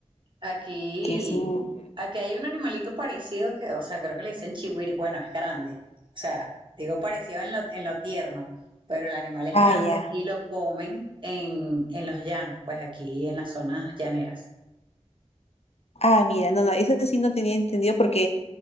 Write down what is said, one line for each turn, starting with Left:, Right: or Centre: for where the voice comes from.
Right: Aquí,
Left: que es, mu-
Right: aquí hay un animalito parecido que, o sea, creo que le dicen chihuire. Bueno, es grande. O sea, digo parecido en lo, en lo tierno, pero el animal es
Left: ah,
Right: grande
Left: ya,
Right: y lo comen en, en los llanos, pues aquí en las zonas llaneras.
Left: ah, mira, no, no, eso sí no tenía entendido porque...